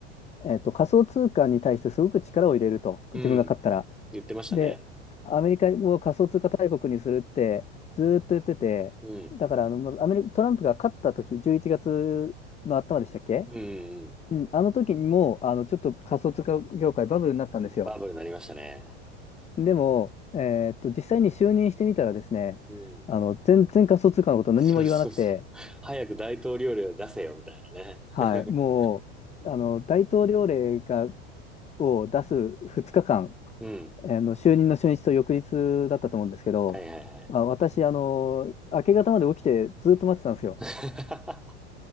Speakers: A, on the left; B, in the centre.
A: えっと、仮想通貨に対してすごく力を入れると、
B: うん。
A: 自分が勝ったら。
B: 言ってましたね。
A: で、アメリカを仮想通貨大国にするってずーっと言ってて、
B: うん。
A: だから、あの、まずアメリカ、トランプが勝った時、11月の頭でしたっけ
B: うんうん
A: うん、あの時にも、あの、ちょっと仮想通貨業界バブルになったんですよ。
B: うん。バブルになりましたね。
A: でも、えーっと、実際に就任してみたらですね、
B: うん。
A: あの、全然仮想通貨のこと何も言わなくて、
B: そうそうそう。早く大統領令を出せよ、みたいなね。<laughs>
A: はい、もう、あの、大統領令が、を出す2日間、
B: うん。
A: あの、就任の初日と翌日だったと思うんですけど、
B: はいはいはい。
A: まあ、私、あの、明け方まで起きてずっと待ってたんですよ。
B: <laughs>